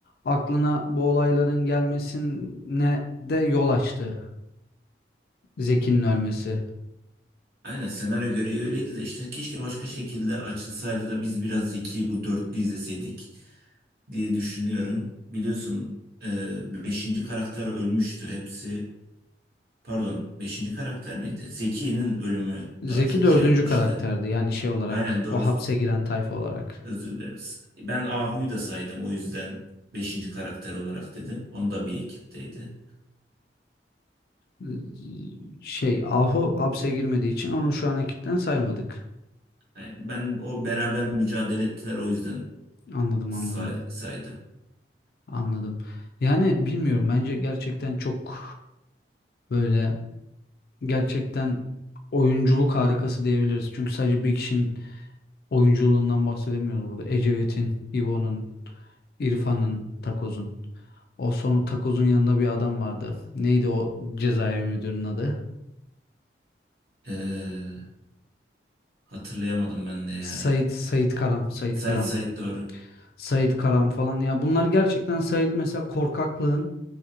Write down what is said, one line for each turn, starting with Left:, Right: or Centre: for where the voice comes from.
Left: aklına bu olayların gelmesine de yol açtı Zeki'nin ölmesi.
Right: Aynen senaryo gereği öyleydi de işte keşke başka şekilde açılsaydı da biz biraz Zeki bu dörtlü izleseydik diye düşünüyorum. Biliyorsun e, beşinci karakter ölmüştü hepsi. Pardon, beşinci karakter miydi? Zeki'nin ölümü
Left: Zeki
Right: daha çok
Left: dördüncü
Right: şey yapmıştı.
Left: karakterdi yani şey olarak
Right: Aynen doğru.
Left: o hapse giren tayfa olarak.
Right: Özür dileriz. Ben Ahu'yu da saydım. O yüzden beşinci karakter olarak dedim. Onu da bir ekipteydi.
Left: Ee, Şey Ahu hapse girmediği için onu şu an ekipten saymadık.
Right: Yani ben o beraber mücadele ettiler. O yüzden
Left: Anladım
Right: say-
Left: anladım
Right: saydım.
Left: anladım. Yani bilmiyorum bence gerçekten çok böyle gerçekten oyunculuk harikası diyebiliriz. Çünkü sadece bir kişinin oyunculuğundan bahsedemiyoruz burada. Ecevit'in, İvo'nun, İrfan'ın, Takoz'un. O sonu Takoz'un yanında bir adam vardı. Neydi o cezaevi müdürünün adı?
Right: Ee, hatırlayamadım ben de ya.
Left: Sait, Sait Karam, Sait
Right: Sait
Left: Karam,
Right: Sait doğru.
Left: Sait Karam falan. Ya bunlar gerçekten Sait mesela korkaklığın